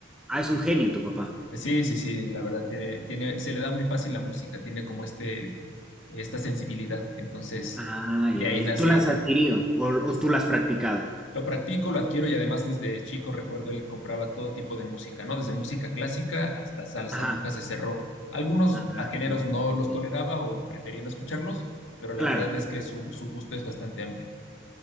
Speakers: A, in the centre; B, on the left.
A: ah, es un genio tu papá.
B: Sí, sí, sí, la verdad, tiene, tiene, se le da muy fácil la música, tiene como este, esta sensibilidad. Entonces,
A: Ah,
B: de
A: ya.
B: ahí
A: ¿Y
B: nace.
A: tú lo has adquirido o, o
B: pues,
A: tú lo has practicado?
B: Lo practico, lo adquiero y además desde chico recuerdo él compraba todo tipo de música, ¿no? Desde música clásica hasta salsa,
A: Ajá.
B: nunca se cerró. Algunos
A: Ajá.
B: a géneros
A: ajá,
B: no
A: ok,
B: los
A: ok.
B: toleraba o prefería no escucharlos, pero la
A: Claro.
B: verdad es que su, su gusto es bastante amplio.